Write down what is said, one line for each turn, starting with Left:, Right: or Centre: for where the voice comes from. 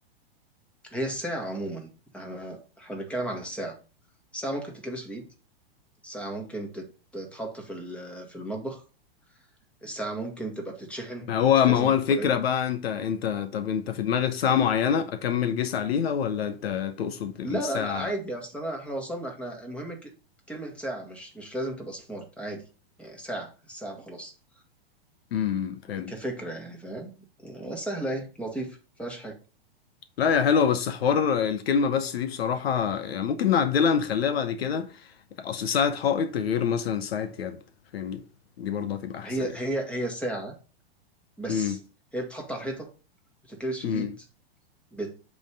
Centre: هي الساعه عموما احنا احنا بنتكلم عن الساعه الساعه ممكن تتلبس في الايد الساعه ممكن تت- تتحط في ال- في المطبخ الساعه ممكن تبقى بتتشحن
Left: ما هو
Centre: مش
Left: ما
Centre: لازم
Left: هو
Centre: بطاريه
Left: الفكرة بقى انت انت طب انت في دماغك ساعة معينة اكمل جيس عليها ولا انت تقصد الساعة
Centre: لا لا لا عادي اصل انا احنا وصلنا احنا المهم ك- كلمة ساعة مش مش لازم تبقى سمارت عادي يعني ساعة الساعة وخلاص
Left: امم فهمت
Centre: كفكرة يعني فاهم سهلة اهي لطيفة مفيهاش حاجة
Left: لا يا حلوة بس حوار الكلمة بس دي بصراحة يعني ممكن نعدلها نخليها بعد كده أصل ساعة حائط غير مثلا ساعة يد فاهمني دي برضه هتبقى أحسن
Centre: هي
Left: يعني
Centre: هي هي ساعة بس
Left: امم
Centre: هي بتتحط على الحيطة بتتلبس في
Left: امم
Centre: الإيد بت